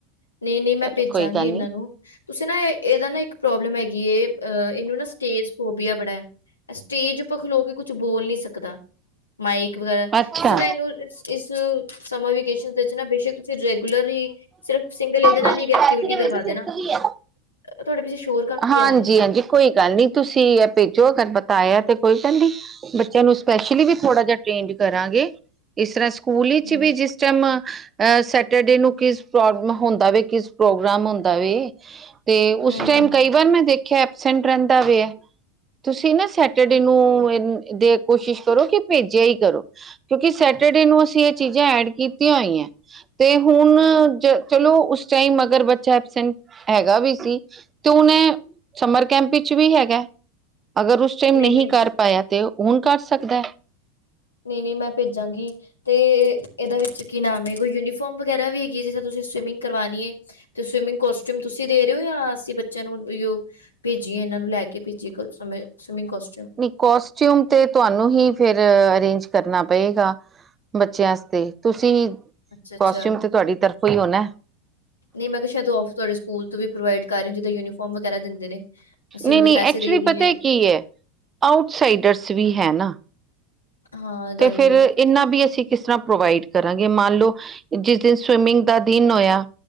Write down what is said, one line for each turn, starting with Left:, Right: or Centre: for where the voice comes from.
Left: ਨੀ ਨੀ ਮੈਂ
Right: ਚਲੋ
Left: ਭੇਜਾਂਗੀ
Right: ਕੋਈ ਗੱਲ
Left: ਇਹਨਾਂ
Right: ਨੀ
Left: ਨੂੰ ਤੁਸੀ ਨਾ ਇਹਦਾ ਨਾ ਇੱਕ ਪ੍ਰੋਬਲਮ ਹੈਗੀ ਅ ਇਹਨੂੰ ਨਾ ਸਟੇਜ ਫੋਬੀਆ ਬੜੈ ਐ ਸਟੇਜ ਉੱਪਰ ਖਲੋ ਕੇ ਕੁਛ ਬੋਲ ਨੀ ਸਕਦਾ ਮਾਈ <unintelligible>
Right: ਅੱਛਾ
Left: ਤੁਸੀਂ ਨਾ ਇਹਨੂੰ ਇਸ ਸਮਰ ਵਕੇਸ਼ਨ ਵਿੱਚ ਨਾ ਬੇਸ਼ੱਕ ਤੁਸੀਂ ਰੈਗੂਲਰ ਹੀ ਸਿਰਫ ਸਿੰਗਲ ਇਹਦੇ ਨਾਲ
Right: ਚਾਚੀ
Left: ਹੀ ਐਕਟੀਵਿ
Right: ਵਿੱਚ
Left: ਕਰਵਾ
Right: ਸਿੱਖ
Left: ਦੇ ਨਾ
Right: ਗਈ ਹੈ
Left: ਤੁਹਾਡੇ ਪਿੱਛੇ ਸ਼ੋਰ ਕਾਫੀ
Right: ਹਾਂਜੀ
Left: ਆ ਰਿਹਾ
Right: ਹਾਂਜੀ ਕੋਈ ਗੱਲ ਨੀ ਤੁਸੀ ਐ ਭੇਜੋ ਅਗਰ ਬਤਾਇਆ ਤੇ ਕੋਈ ਗੱਲ ਨੀ ਬੱਚਿਆਂ ਨੂੰ ਸਪੈਸ਼ਲੀ ਵੀ ਥੋੜਾ ਜਿ ਟ੍ਰੇਂਡ ਕਰਾਂਗੇ ਇਸ ਤਰ੍ਹਾਂ ਸਕੂਲ ਵਿੱਚ
Left: ਹੂੰ,
Right: ਵੀ ਜਿਸ ਟਾਈਮ ਅ ਸੈਟਰਡੇ ਨੂੰ ਕਿਸ ਪ੍ਰ ਹੁੰਦਾ ਵ ਕਿਸ ਪ੍ਰੋਗਰਾਮ ਹੁੰਦਾ ਵੇ ਤੇ
Left: ਹੂੰ,
Right: ਉਸ ਟਾਈਮ
Left: ਹੂੰ,
Right: ਕਈ ਵਾਰ ਮੈਂ ਦੇ ਐਬਸੈਂਟ ਰਹਿੰਦਾ ਵੇ ਤੁਸੀਂ ਨਾ ਸੈਟਰਡੇ ਨੂੰ ਦੇ ਕੋਸ਼ਿਸ਼ ਕਰੋ ਕਿ ਭੇਜਿਆ ਹੀ ਕਰੋ ਕਿਉਂਕਿ ਸੈਟਰਡੇ ਨੂੰ ਅਸੀਂ ਇਹ ਚੀਜ਼ਾਂ ਐਡ ਕੀਤੀਆਂ ਹੋਈਆਂ ਤੇ ਹੁਨ ਜ ਚਲੋ ਉਸ ਟਾਈਮ ਅਗਰ ਬੱਚਾ ਐਬਸੈਂਟ ਹੈਗਾ ਵੀ ਸੀ ਤੁ ਨੇ ਸਮਰ ਕੈਂਪ ਵਿੱਚ ਵੀ ਹੈਗਾ ਅਗਰ ਉਸ ਟਮ
Left: ਨਹੀਂ-ਨਹੀਂ,
Right: ਨਹੀਂ ਕਰ ਪਾਇਆ ਤੇ ਹੁਨ ਕਰ ਸਕਦਾ। ਹੈ।
Left: ਨਹੀ ਨਹੀ ਮੈਂ ਭੇਜਾਂਗੀ ਤੇ ਇਹਦਾ ਵਿੱਚ ਕੀ ਨਾਮ ਏ ਕੋਈ ਯੂਨੀਫੋਰਮ ਵਗੈਰਾ ਵੀ ਹੈਗੀ ਹੈ ਜਿੱਸ ਤੁਸੀਂ ਸਵਿਮਿੰਗ ਕਰਵਾਣੀ ਹੈ ਤੇ ਸਵਿਮਿੰਗ ਕੋਸਟਿਊਮ ਤੁਸੀਂ ਦੇ ਰਹੇ ਹੋ ਯਾਂ ਅਸੀਂ ਬੱਚਿਆਂ ਨੂੰ ਭੇਜੀਏ ਇਹਨਾਂ ਨੂੰ ਲੈ ਕੇ ਭੇਜੀ ਸਮੇਂ ਸਵਿਮਿੰਗ ਕੋਸਟਿਊਮ
Right: ਕੋਸਟਿਊਮ ਤੇ ਤੁਹਾਨੂੰ ਹੀ ਫੇਰ ਅਰੇਂਜ ਕਰਨਾ ਪਏਗਾ। ਬੱਚਿਆਂ ਆਸਤੇ ਤੁਸੀਂ
Left: ਅੱਛਾ-
Right: ਕੋਸਟਿਊਮ
Left: ਅੱਛਾ
Right: ਤੇ ਤੁਹਾਡੀ ਤਰਫੋਂ ਹੀ ਹੋਣਾ।
Left: ਨਹੀਂ ਮੈਂ ਕਿਹਾ ਸ਼ਾਇਦੇ ਸਕੂਲ ਤੋਂ ਵੀ ਪ੍ਰੋਵੇਡ ਕਰ ਰਹੀ ਜਦ ਯੂਨੀਫਾਰਮ ਵਗੈਰਾ ਦਿੰਦੇ ਨੇ। ਅਸੀਂ
Right: ਨਹੀਂ
Left: ਮਤਲਬ
Right: -ਨਹੀਂ
Left: ਪੈਸੇ
Right: ਐਕਚੁਲੀ
Left: ਦੇ ਦੀਏ
Right: ਪਤਾ ਹੈ ਕੀ ਹੈ ਆਊਟਸਾਈਡਰਸ ਵੀ ਹੈ ਨਾ।
Left: ਹਾਂ
Right: ਤੇ
Left: ਗੱਲ
Right: ਫੇਰ
Left: ਵੀ ਹੈਗੀ
Right: ਇੰਨਾ
Left: ਹੈ
Right: ਵੀ ਅਸੀਂ ਕਿਸ ਤਰ੍ਹਾਂ ਪ੍ਰੋਵਾਈਡ ਕਰਾਂਗੇ ਮੰਨ ਲਓ ਜਿਸ ਦਿਨ ਸਵਿਮਿੰਗ ਦਾ ਦਿਨ ਹੋਇਆ